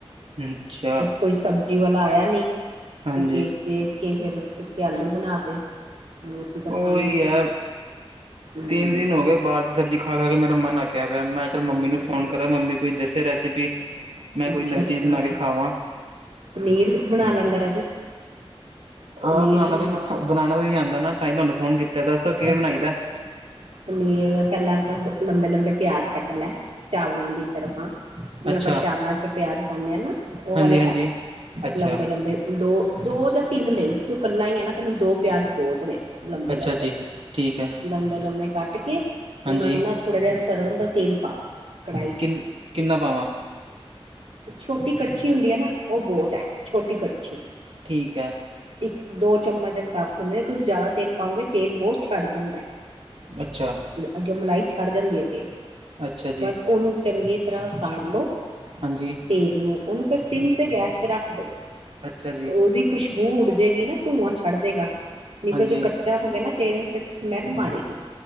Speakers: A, on the right (about 70°); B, on the right (about 85°).
A: ਅੱਛਾ
B: ਕੋਈ ਸਬਜ਼ੀ ਵਾਲਾ ਆਇਆ ਨੀ,
A: ਹਾਂਜੀ
B: ਤੇ ਦੇਖ-ਦੇਖ ਕੇ ਫੇਰ ਸੁੱਕੇ ਆਲੂ ਬਣਾ ਤੇ। ਰੋਟੀ ਤਾਂ
A: ਉਹੀ
B: ਖਾਣੀ ਸੀ
A: ਐ,
B: ਹਮ
A: ਤਿੰਨ ਦਿਨ ਹੋ ਗਏ ਬਾਹਰ ਦੀ ਸਬਜ਼ੀ ਖਾ-ਖਾ ਕੇ ਮੇਰਾ ਮਨ ਅਕਿਆ ਪਿਆ ਮੈਂ ਫੇਰ ਮੰਮੀ
B: ਹੂੰ,
A: ਨੂੰ ਫੋਨ ਕਰਾ, ਮੰਮੀ ਕੋਈ ਦੱਸੇ ਰੈਸਪੀ ਮੈਂ ਕੋਈ
B: ਅੱਛਾ-ਅੱਛਾ
A: ਨਵੀਂ ਚੀਜ਼ ਬਣਾ ਕੇ ਖਾਵਾਂ।
B: ਪਨੀਰ ਬਣਾ ਲੈਂਦਾ ਰਾਜੇ। ਪਨੀਰ
A: ਆਹ ਬਣਾਣਾ
B: ਬਣਾ
A: ਤਾਂ ਨੀ, ਬਣਾਣਾ ਤਾਂ ਨੀ ਆਂਦਾ ਨਾ ਤਾਂ ਹੀ ਤੁਆਨੂੰ ਫੋਨ ਕੀਤਾ ਦੱਸੋ ਕਿਵੇਂ
B: ਅੱਛਾ-ਅੱਛਾ
A: ਬਣਾਈ ਦਾ।
B: ਪਨੀਰ ਪਹਿਲਾਂ ਤਾਂ ਲੰਬੇ-ਲੰਬੇ ਪਿਆਜ ਕੱਟ ਲੈ ਚਾਵਲਾਂ ਦੀ ਤਰਫਾ ਜਿਵੇਂ
A: ਅੱਛਾ
B: ਅਪਾਂ ਚਾਵਲਾਂ ਚ ਪਿਆਜ ਪਾਉਂਦੇ ਆ ਨਾ ਉਹ
A: ਹਾਂਜੀ
B: ਵਾਲੇ ਕੱਟ
A: ਹਾਂਜੀ ਅੱਛਾ
B: ਲੰਬੇ-ਲੰਬੇ ਦੋ ਦੋ ਜਾਂ ਤਿੰਨ ਲਈ ਤੂੰ ਇਕੱਲਾ ਈ ਐ ਨਾ ਤੈਨੂੰ ਦੋ ਪਿਆਜ ਬਹੁਤ ਨੇ। ਲੰਬੇ
A: ਅੱਛਾ
B: ਲੰਬੇ,
A: ਜੀ ਠੀਕ ਹੈ
B: ਲੰਬੇ ਲੰਬੇ ਕੱਟ ਕੇ ਉਹਨਾ
A: ਹਾਂਜੀ
B: ਨੂੰ ਮੈਂ ਥੋੜਾ ਜਾ ਸਰ੍ਹੋਂ ਦਾ ਤੇਲ ਪਾ ਕੜਾਈ ਚ
A: ਕਿੰਨ ਕਿੰਨਾ ਪਾਵਾਂ
B: ਛੋਟੀ ਕੜਛੀ ਹੁੰਦੀ ਐ ਨਾ ਉਹ ਬਹੁਤ ਐ ਛੋਟੀ ਕੜਛੀ
A: ਠੀਕ ਐ,
B: ਇੱਕ ਦੋ ਚਮਚ ਦੇ ਮੁਤਾਬਕ ਹੁੰਦੇ ਨੇ ਤੁਸੀਂ ਜ਼ਿਆਦਾ ਤੇਲ ਪਾਉਂਗੇ ਤੇਲ ਬਹੁਤ ਛੱਡ ਦਿੰਦਾ।
A: ਅੱਛਾ,
B: ਅੱਗੇ ਮਲਾਈ ਛੱਡ ਜਾਂਦੀ ਐ ਤੇਲ
A: ਅੱਛਾ ਜੀ
B: ਬਸ ਉਹਨੂੰ ਚੰਗੀ ਤਰ੍ਹਾਂ ਸਾੜ ਲਓ।
A: ਹਾਂਜੀ,
B: ਤੇਲ ਨੂੰ ਉਹਨੂੰ ਫੇਰ ਸਿਮ ਤੇ ਗੈਸ ਤੇ ਰੱਖ ਦੋ
A: ਅੱਛਾ ਜੀ
B: ਉਹਦੀ ਖੁਸ, ਬੂ ਉਡ ਜੇਗੀ ਨਾ ਧੂੰਆਂ ਛੱਡ ਦੇਗਾ ਨਹੀਂ
A: ਹਾਂਜੀ
B: ਤਾਂ ਜੋ ਕੱਚਾ ਹੋ ਗਿਆ ਨਾ ਤੇਲ ਫਿਰ ਸਮੈਲ ਮਾਰੇਗੀ।